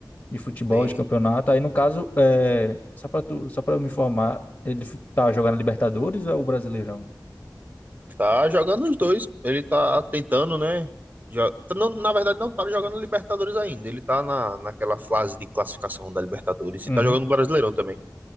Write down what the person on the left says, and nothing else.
de futebol,
de campeonato. Aí, no caso, é, só pra tu, só pra eu me informar, ele f- tá jogando Libertadores ou é o Brasileirão?
Uhum.